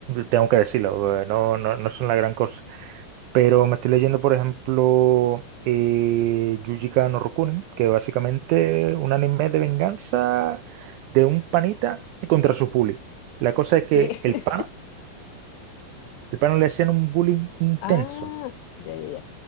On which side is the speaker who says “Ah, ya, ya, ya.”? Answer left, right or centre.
Left